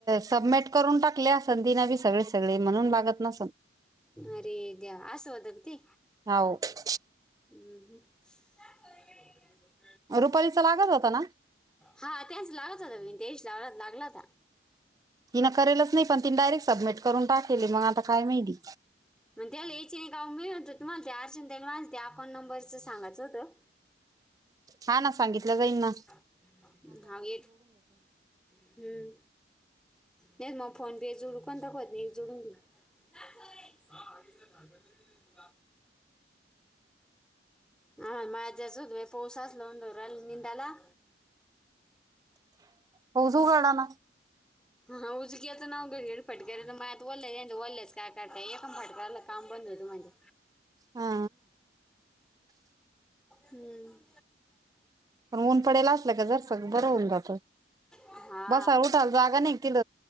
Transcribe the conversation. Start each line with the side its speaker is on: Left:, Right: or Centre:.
Right: सबमिट करून टाकले सं ती नाव <unintelligible> सगळे सगळे म्हणून बगत नस
Centre: अरे देवा असं होत का ते.
Right: हो
Centre: हम् ह. <unintelligible>
Right: रुपालीचा लागत होता ना.
Centre: हा त्याच लागत होता त्या दिवशी लावला लागला होता.
Right: तिन करेलच नाही पण ती डायरेक्ट सबमिट करून टाकेल हे मग आता काय माहिली.
Centre: मग त्याला या यची नाही का मीळणत तुमला ते अर्चन त्याला माझ ते अकाउं नबरं सांगाचं होतं.
Right: हा ना सांगितलं जाईन न.
Centre: हे <unintelligible> हम्म नाही मग फोन पे जुडू कोणता कोत नाही जुडून घ. <unintelligible> <unintelligible> हा माझ्याच पाऊस असला म्हणल राहिल निंदायला.
Right: पाऊस उघडलान.
Centre: हा उजकी आता नाव घड घरी फटके म आत ओल्याले ल्याच काय करताय एकाण फटकाला. <unintelligible> काय बंद होत माझं.
Right: हा
Centre: हम्म.
Right: पण ऊन पडेला असल का जर सगळं बरं होऊन जात
Centre: हा
Right: बसाल उठाल जागा नाही तिथ.